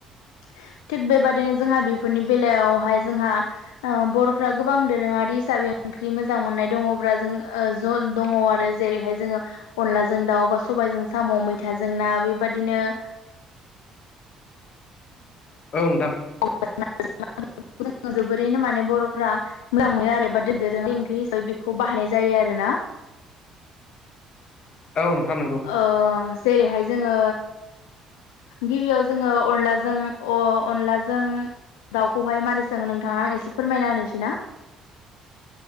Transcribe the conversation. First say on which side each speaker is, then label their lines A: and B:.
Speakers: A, on the left; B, on the left.
A: <inaudible> थिग बेबादिनो जोंहा बेफोरनि बेलायावहाय जोंहा औ बर'फ्रा गोबां दोरोङारि हिसाबै ओंख्रि मोजां मोननाय दङब्ला जों जों दङ आरो। आरो जेरैहाय जोङो अनलाजों दाउ बा सबायजों साम' मैथाजों ना बेबाददिनो <inaudible>
B: ओ नोंथां।
A: <unintelligible> <unintelligible> जों जोबोरैनो माने बर'फ्रा मोजां मोनयो आरो एबा दोरोङ ओंख्रि हिसाबै बेखौ बाहायनाय जायो आरो। आरो ना
B: औ नोंथां नंगौ
A: ओ जेरैहाय जोङो गिबियाव जोङो अनला जों अनलाजों दाउखौहाय मान सो नोंथां एसे फोरमायना होनोसैना।